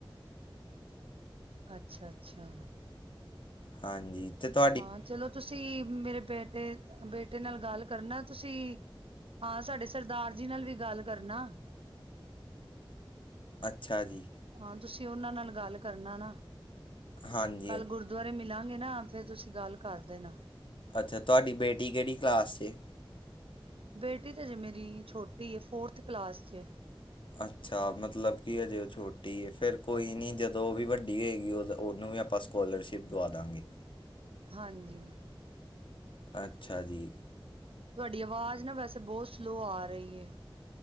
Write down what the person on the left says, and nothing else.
ਹਾਂਜੀ ਤੇ ਤੁ
ਅੱਛਾ ਜੀ,
ਹਾਂਜੀ
ਅੱਛਾ ਤੁਹਾਡੀ ਬੇਟੀ ਕਿਹੜੀ ਕਲਾਸ 'ਚ ਏ?
ਅੱਛਾ, ਮਤਲਬ ਕਿ ਹਜੇ ਉਹ ਛੋਟੀ ਏ ਫੇਰ ਕੋਈ ਨੀ ਜਦੋਂ ਉਹ ਵੀ ਵੱਡੀ ਹੋਏਗੀ ਉਹਨੂੰ ਵੀ ਆਪਾਂ ਸਕੋਲਰਸ਼ਿਪ ਦਵਾ ਦਾਂਗੇ।
ਅੱਛਾ ਜੀ।